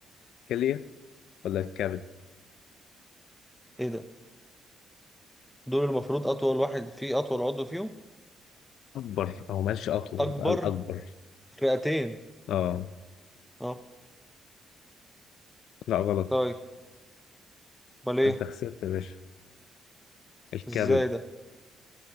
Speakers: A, on the left; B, in the centre.
A: كلية ولا الكبد
B: ايه ده دول المفروض اطول واحد فيه اطول عضو فيهم
A: اكبر او ماشي اطول
B: اكبر
A: بقى الاكبر
B: رئتين
A: اه
B: اه
A: لا غلط
B: طيب امال ايه
A: انت خسرت يا باشا الكبد
B: ازاي ده